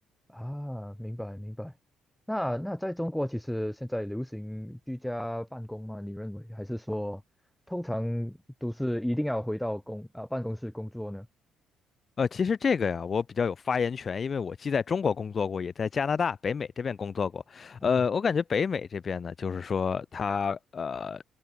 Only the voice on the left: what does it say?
呃，其实这个呀，我比较有发言权，因为我既在中国工作过，也在加拿大、北美这边工作过。
呃，我感觉北美这边呢，就是说它呃，